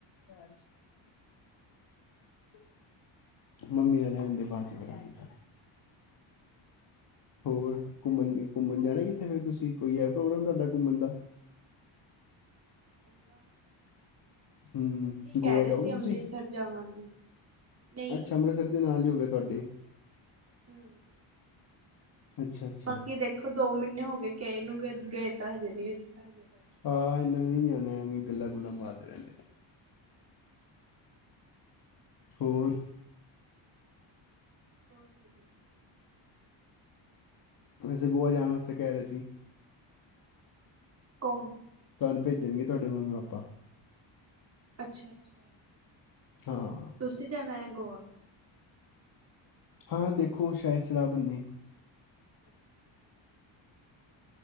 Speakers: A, on the left; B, on the right.
A: ੱ <unintelligible> ਮੰਮੀ ਨਾਲ ਰੈਣ ਦੇ ਬਾਦ 'ਚ ਕਰਾਂਗੇ ਗੱਲ। ਹੋਰ। ਘੁੰਮਣ ਘੁੰਮਣ ਜਾਣਾ ਕਿੱਥੇ ਫੇਰ ਤੁਸੀਂ, ਕੋਈ ਐ ਪ੍ਰੋਗਰਾਮ ਤਾਡਾ ਘੁੰਮਣ ਦਾ।
B: ਦਾ
A: ਹੂੰ
B: ਉੱਥੇ ਹੀ ਕਹਿ
A: ਗੋਆ
B: ਰਹੇ
A: ਜਾਓਗੇ
B: ਸੀ
A: ਤੁਸੀਂ।
B: ਅੰਮ੍ਰਿਤਸਰ ਜਾਵਾਂਗੇ ਨਹੀਂ
A: ਅੱਛਾ ਅੰਮ੍ਰਿਤਸਰ ਦੇ ਨਾਲ ਈ ਹੋ ਗਿਆ ਤਾਡੇ।
B: ਹੂੰ।
A: ਅੱਛਾ ਅੱਛਾ
B: ਬਾਕੀ ਦੇਖੋ ਦੋ ਮੀਨੇ ਹੋ ਗੇ ਗਏ ਨੂੰ, ਗਏ ਤਾਂ ਹਜੇ ਨੀ ਅ ਹਜੇ ਤਕ।
A: ਹਾਂ ਏਨਾ ਨੇ ਨੀ ਜਾਣਾ, ਐਵੇਂ ਗੱਲਾਂ-ਗੁੱਲਾਂ ਮਾਰਦੇ ਰੈਂਦੇ ਨੇ। ਹੋਰ।
B: ਹੋਰ ਵਧੀਆ।
A: ਮੈਂ ਸਗੋਂ ਗੋਆ ਜਾਣ ਅਸਤੇ ਕੈ ਰਿਆ ਸੀ।
B: ਕੋਣ?
A: ਤੁੁਨੂੰ ਭੇਜਣਗੇ ਤੁਆਡੇ ਮੰਮੀ-ਪਾਪਾ।
B: ਅੱਛਾ-ਅੱਛਾ।
A: ਹਾਂ।
B: ਤੁਸੀਂ ਜਾਣਾ ਏ ਗੋਆ।
A: ਹਾਂ ਦੇਖੋ ਸ਼ੈਦ ਸਲਾਅ ਬਣੇ।
B: <unintelligible> <inaudible>